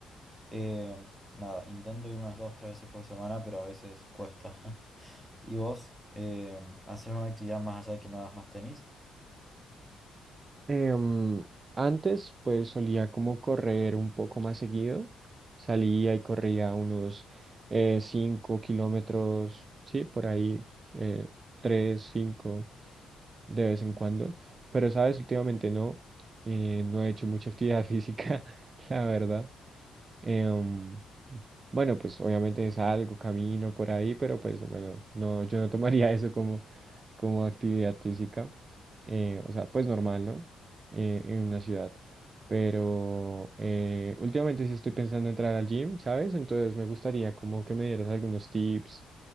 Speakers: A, in the centre; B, on the right.
A: Eh, nada, intento ir unas dos, tres veces por semana, pero a veces cuesta. <laughs> ¿Y vos? Eh, ¿haces una actividad más allá de que no hagas más tenis?
B: Em, antes, pues solía como correr un poco más seguido. Salía y corría unos eh, 5 kilómetros, sí, por ahí, eh, 3, 5, de vez en cuando. Pero, sabes, últimamente no, eh, no he hecho mucha actividad <laughs> física, la verdad. Em, bueno, pues obviamente salgo, camino por ahí, pero pues bueno, no, yo no tomaría <laughs> eso como, como actividad física. eh, o sea, pues normal, ¿no? Eh, en una ciudad. Pero eh, últimamente sí estoy pensando entrar al gym, ¿sabes? Entonces me gustaría como que me dieras algunos tips,